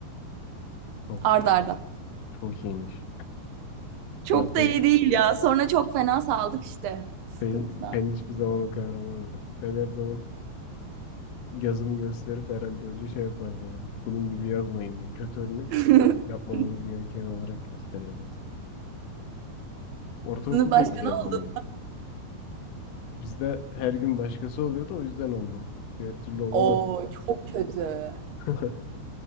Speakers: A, on the left; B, on the right.
A: Çok
B: arda
A: çok
B: arda.
A: çok iyiymiş.
B: Çok
A: Ben,
B: da
A: ben,
B: iyi değil ya sonra çok fena saldık işte sıkıntıdan.
A: ben, ben hiçbir zaman o kadar olamadım. Ben her zaman yazımı gösterip herhalde hoca şey yapardı yani. Bunun gibi yazmayın diye. Kötü örnek
B: <laughs>
A: yapmamamız gereken olarak gösteriyordu bize. Ortaokul
B: Sınıf başkanı
A: da güzeldi
B: oldum.
A: benim. Bizde her gün başkası oluyordu o yüzden oldum. Diğer türlü olamadım
B: Oo
A: da.
B: çok kötü.
A: <laughs>